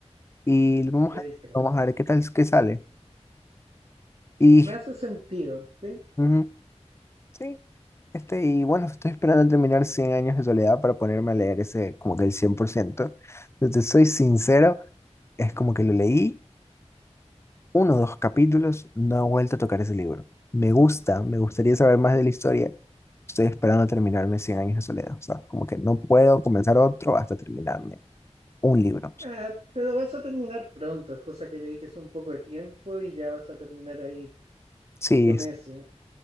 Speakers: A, on the left; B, on the right.
A: y vamos
B: y le
A: a,
B: distraes.
A: vamos a ver qué tal, qué sale. Y
B: Me hace sentido, ¿sí?
A: ujú, sí, este, y bueno, estoy esperando terminar cien años de soledad para ponerme a leer ese, como que el cien por ciento Entonces, soy sincero, es como que lo leí, uno o dos capítulos, no he vuelto a tocar ese libro. Me gusta, me gustaría saber más de la historia, Estoy esperando terminarme cien años de soledad. O sea, como que no puedo comenzar otro hasta terminarme un libro.
B: Ah, pero vas a terminar pronto, es cosa que le dediques un poco de tiempo y ya vas a terminar ahí
A: Sí,
B: con
A: sí.
B: eso.